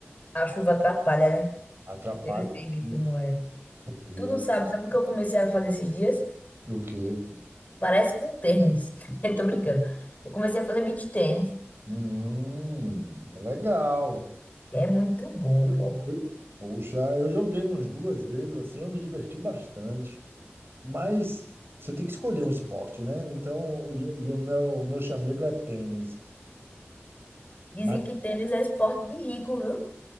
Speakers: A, on the left (about 35°); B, on the right (about 60°).
A: a chuva atrapalha, né?
B: Atrapalha
A: Eu sei bem
B: muito.
A: como é.
B: E
A: Tu não
B: é
A: sabe, sabe o que eu comecei a fazer esses dias?
B: o quê?
A: Parece com tênis. <laughs> Eu tô brincando. Eu comecei a fazer beach tênis.
B: Hum, legal.
A: E é muito bom,
B: Eu-
A: pô.
B: eu- Poxa, eu joguei umas duas vezes, assim, eu me diverti bastante. Mas você tem que escolher um esporte, né? Então, e, e o meu, meu chamego é tênis.
A: Dizem
B: Mas
A: que tênis é esporte de rico, viu?